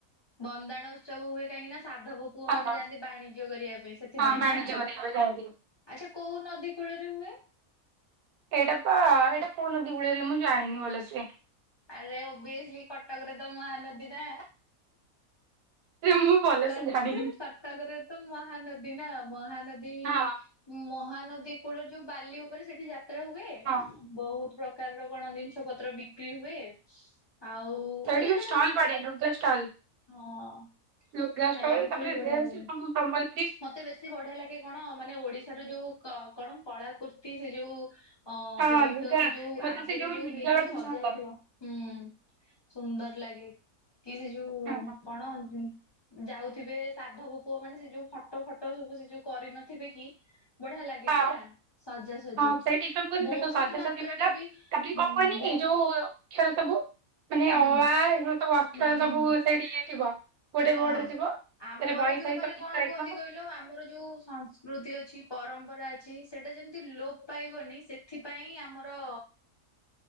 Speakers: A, on the left (about 20°); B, on the right (about 85°).
A: ବନ୍ଦାଣ ଉତ୍ସବ ହୁଏ କାହିଁକି ନା ସାଧବ। ପୁଅ ମାନେ
B: ହଁ
A: ଯାଆନ୍ତି ବାଣିଜ୍ୟ କରିବା ପାଇଁ ସେଥିପାଇଁ
B: ହଁ ବାଣିଜ୍ୟ
A: ନା।
B: ମେଳାରେ ଯାଆନ୍ତି
A: ଆଚ୍ଛା କୋଉ ନଦୀ କୂଳରେ ହୁଏ।
B: ଏଇଟା ପା ଏଇଟା କୋଉ ନଦି କୂଳରେ ହୁଏ ମୁଁ ଜାଣିନି ଭଲ ସେ।
A: ଆରେ ଓଭିଏସଲି କଟକରେ ତ ମହାନଦୀ ନା।
B: ସେ ମୁଁ ଭଲସେ
A: କଟ
B: ଜାଣିନି
A: କଟକରେ ତ ମହାନଦୀ ନା ମହାନଦୀ।
B: ହଁ
A: ମହାନଦୀ କୂଳ ରେ ଯୋଉ ବାଲି ଉପରେ ସେଠି ଯାତ୍ରା ହୁଏ।
B: ହଁ
A: ବହୁତ ପ୍ରକାରର କଣ ଜିନିଷ ପତ୍ର ବିକ୍ରି ହୁଏ ଆଉ।
B: ସେଇଠ
A: ମାନେ ସେଟା
B: ବି ଷ୍ଟଲ
A: ମାନେ
B: ପଡେ ନୁଗା ଷ୍ଟଲ।
A: ହଁ।
B: ଲୁଗା
A: ଖାଇବା
B: ଷ୍ଟଲ
A: ପତ୍ର
B: ତାପରେ
A: ବି ବଢିଆ
B: ଡ୍ରେସ
A: ହୁଏ।
B: ସବୁ ସମ୍ବଲପୂରୀ।
A: ମତେ ବେଶୀ ବଢିଆ ଲାଗେ କଣ ମାନେ ଓଡିଶାର ଯୋଉ କ କଣ କଳା କୃର୍ତି ସେ ଯୋଉ। ଅଁ
B: ହଁ
A: ବୋଇତ
B: ଲୁଗା
A: ସେ ଯୋଉ
B: ମତେ
A: ଆଗେରେ
B: ସେ
A: ଯୋଉ
B: ଲୁଗା
A: ହେଇଥିବ
B: ଗୁଡା ଭୀଷଣ
A: ସଜା
B: ଭଲ
A: ହେଇଥିବ ହୁଁ। ସୁନ୍ଦର ଲାଗେ। କି ସେ ଯୋଉ
B: ଲାଗେ।
A: କଣ ଯାଉଥିବେ ସାଧବ ପୁଅ ମାନେ ସେ ଯୋଉ। ଫଟୋ ଫଟ ସବୁ ସେ ଯୋଉ କରିନଥିବେ କି। ବଢିଆ ଲାଗେ
B: ହଁ ହଁ
A: ନା ସାଜାସଜି
B: ହଁ ସେଇଠି କଣ କୁହନି
A: ବହୁତ
B: ଦେଖ ସଜାସଜି
A: ମାତ୍ରରେ
B: କଲ
A: ବି
B: ତାପରେ
A: ହୁଁ
B: କଣ କୁହନି
A: ବ
B: ଏଇ ଯୋଉ। ଅକ୍ଷର ସବୁ ମାନେ
A: ହୁଁ
B: ଅ, ଆ ଏଇ ଯୋଉ ସବୁ ଅକ୍ଷର
A: ହୁଁ ହୁଁ।
B: ସବୁ ସେଠି ଇଏ ଥିବ। ଗୋଟେ
A: ହଁ
B: ବୋର୍ଡ ରେ ଥିବ
A: ଆମର
B: ସେଥିରେ ବହି
A: ଯୋଉ
B: ଫହି
A: ମାନେ
B: ସବୁ ଚିତ୍ର
A: କଣ
B: ହେଇଥିବ
A: କୁହନ୍ତି କହିଲ ଆମ୍ ଆମର ଯେଉ ସଂସ୍କୃତି ଅଛି ପରମ୍ପରା ଅଛି ସେଇଟା ଯେମିତି ଲୋପ ପାଇବନି ସେ ଥିପାଇଁ ଆମର।